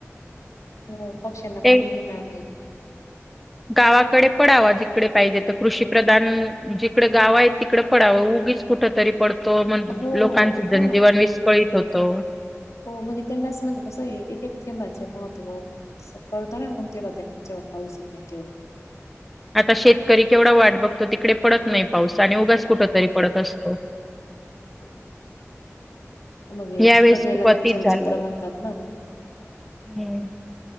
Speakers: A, on the left; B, in the centre.
A: हो पक्ष्यांना
B: ते
A: पाणी मिळणार नाही.
B: गावाकडे पडावा जिकडे पाहिजे तर कृषी प्रधान जिकडे गाव आहेत तिकडे पडावं उगीच. कुठ तरी पडतो मग
A: हो
B: लोकांचं
A: हा
B: जनजीवन विस्कळीत होतो.
A: हो म्हणजे त्यांनाच म्हणजे कसं आहे एक एक थेंबाचे महत्त्व. कळत ना मग तेव्हा त्यांना जेव्हा पाऊस येत नाही तेव्हा
B: आता शेतकरी केवढा वाट बघतो तिकडे पडत नाही पाऊस आणि उगास कुठ तरी पडत असतो.
A: हा मग हेच
B: यावेेळेस
A: प्रक्रियेला
B: खूप अति
A: पण जलचक्र
B: झालं
A: म्हणतात ना.
B: हम्म